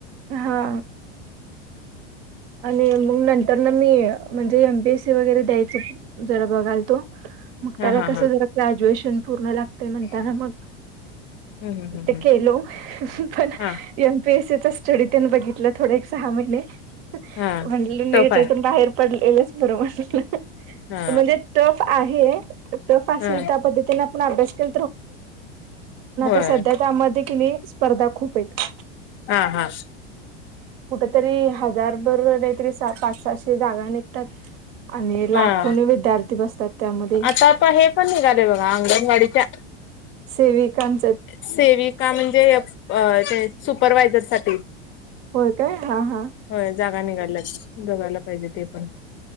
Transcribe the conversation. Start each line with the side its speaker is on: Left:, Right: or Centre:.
Right: हा आणि मग नंतर न मी म्हणजे एमपीएससी वगैरे द्यायच जरा बघाल तो मग
Left: हा
Right: त्याला
Left: हा
Right: कस
Left: हा
Right: जरा ग्रॅज्युएशन पूर्णग ते म्हणताना मग
Left: हम्म हम्म
Right: ते
Left: हम्म
Right: केलो पण
Left: हा
Right: पी एससचा स्टडी त्या बघितला थोड सहा महिने म्ह
Left: हा टफ
Right: हच्यातून
Left: आहे
Right: बाहेर. पडलेलंच बरोबर
Left: हा
Right: म्हणजे टफ आहे. पती
Left: हा
Right: आप अभण्या
Left: होय
Right: त्यामध्ये किली स्पर्धा खूप आहेत.
Left: हा हा.
Right: कुठ तरी हजार बरोबर नाहीतरी स पाच सातशे जागा निघतात. आणि लाखोने
Left: हा
Right: विद्यार्थी बसतात. त्यामध्ये
Left: आता आपण हे पण निघालेय बघा अंगणवाडीच्या
Right: सेविकां
Left: सेविका म्हणजे ते सुपरवायझर साठी
Right: होय काय हा हा
Left: होय जागा निघालल्या जघायला पाहिजे ते पण